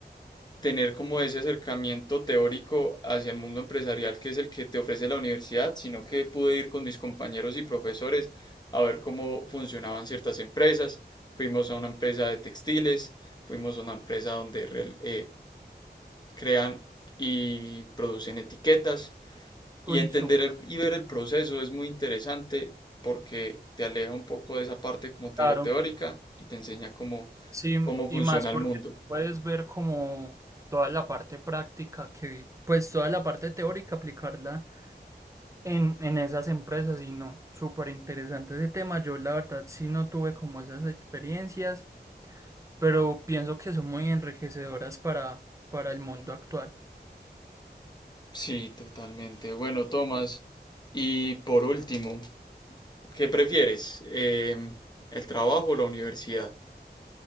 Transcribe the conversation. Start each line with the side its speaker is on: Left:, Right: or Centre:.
Left: tener como ese acercamiento teórico hacia el mundo empresarial que es el que te ofrece la universidad, sino que pude ir con mis compañeros y profesores a ver cómo funcionaban ciertas empresas. Fuimos a una empresa de textiles, fuimos a una empresa donde real- eh, crean y producen etiquetas. Y
Right: Uy,
Left: entender
Right: súper
Left: el-
Right: bien,
Left: y ver el proceso es muy interesante porque te aleja un poco de esa parte, como te
Right: claro.
Left: digo, teórica y te enseña cómo,
Right: Sí,
Left: cómo
Right: y
Left: funciona
Right: más porque
Left: el mundo.
Right: tú puedes ver como toda la parte práctica que, pues toda la parte teórica, aplicarla en, en esas empresas y no, súper interesante ese tema. Yo la verdad sí no tuve como esas experiencias, pero pienso que son muy enriquecedoras para, para el mundo actual.
Left: Sí, totalmente. Bueno, Tomás, y por último, ¿qué prefieres? Em, ¿el trabajo o la universidad?